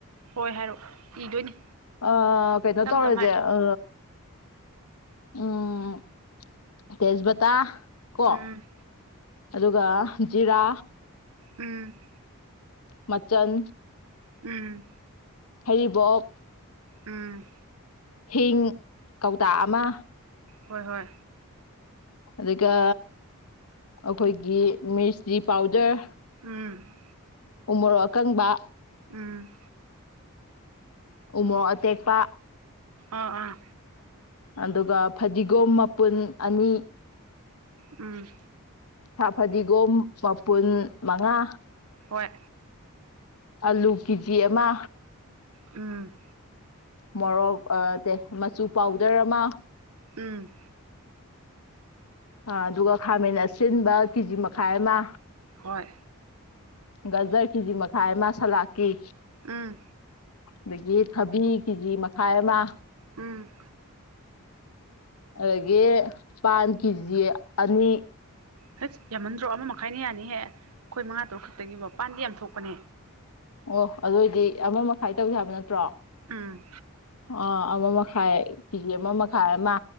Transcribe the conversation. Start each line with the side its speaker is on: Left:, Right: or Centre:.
Right: ꯍꯣꯏ ꯍꯥꯏꯔꯛꯑꯣ ꯏꯗꯣꯏꯅꯤ
Left: ꯑ ꯀꯩꯅꯣ
Right: ꯇꯞ
Left: ꯇꯧꯔꯖꯦ
Right: ꯇꯞꯅ ꯍꯥꯏꯔꯛꯑꯣ
Left: ꯑ ꯎꯝ ꯇꯦꯖꯕꯇꯥ ꯀꯣ
Right: ꯎꯝ
Left: ꯑꯗꯨꯒ ꯖꯤꯔꯥ
Right: ꯎꯝ
Left: ꯃꯆꯟ
Right: ꯎꯝ
Left: ꯍꯩꯔꯤꯕꯣꯞ
Right: ꯎꯝ
Left: ꯍꯤꯡ ꯀꯧꯇꯥ ꯑꯃ
Right: ꯍꯣꯏ ꯍꯣꯏ
Left: ꯑꯗꯨꯒ ꯑꯈꯣꯏꯒꯤ ꯃꯤꯔꯁꯇ꯭ꯔꯤ ꯄꯥꯎꯗꯔ
Right: ꯎꯝ
Left: ꯎꯃꯣꯔꯣꯛ ꯑꯀꯪꯕ
Right: ꯎꯝ
Left: ꯎꯃꯣꯔꯣꯛ ꯑꯇꯦꯛꯄ
Right: ꯑꯥ ꯑꯥ
Left: ꯑꯗꯨꯒ ꯐꯗꯤꯒꯣꯝ ꯃꯄꯨꯟ ꯑꯅꯤ
Right: ꯎꯝ
Left: ꯁꯥ ꯐꯗꯤꯒꯣꯝ ꯃꯄꯨꯟ ꯃꯉꯥ
Right: ꯍꯣꯏ
Left: ꯑꯂꯨ ꯀꯦꯖꯤ ꯑꯃ
Right: ꯎꯝ
Left: ꯃꯣꯔꯣꯛ ꯑ ꯇꯦ ꯃꯆꯨ ꯄꯥꯎꯗꯔ ꯑꯃ
Right: ꯎꯝ
Left: ꯑ ꯑꯗꯨꯒ ꯈꯥꯃꯦꯟ ꯑꯁꯤꯟꯕ ꯀꯦꯖꯤ ꯃꯈꯥꯏ ꯑꯃ
Right: ꯍꯣꯏ
Left: ꯒꯖꯔ ꯀꯤꯖꯤ ꯃꯈꯥꯏ ꯑꯃ ꯁꯂꯥꯛꯀꯤ
Right: ꯎꯝ
Left: ꯑꯗꯒꯤ ꯊꯕꯤ ꯀꯤꯖꯤ ꯃꯈꯥꯏ ꯑꯃ
Right: ꯎꯝ
Left: ꯑꯗꯒꯤ ꯄꯥꯟ ꯀꯦꯖꯤ ꯑꯅꯤ
Right: ꯍꯩꯁ ꯌꯥꯝꯃꯟꯗ꯭ꯔꯣ ꯑꯃ ꯃꯈꯥꯏꯅ ꯌꯥꯅꯤꯍꯦ ꯈꯣꯏ ꯃꯉꯥ ꯇꯔꯨꯛ ꯈꯛꯇꯒꯤꯕꯣ ꯄꯥꯟꯗꯤ ꯌꯥꯝ ꯊꯣꯛꯄꯅꯦ
Left: ꯑꯣ ꯑꯗꯨꯑꯣꯏꯗꯤ ꯑꯃ ꯃꯈꯥꯏ ꯇꯧꯖꯦ ꯍꯥꯏꯕ ꯅꯠꯇ꯭ꯔꯣ
Right: ꯎꯝ
Left: ꯑꯥ ꯑꯃ ꯃꯈꯥꯏ ꯀꯦꯖꯤ ꯑꯃ ꯃꯈꯥꯏ ꯑꯃ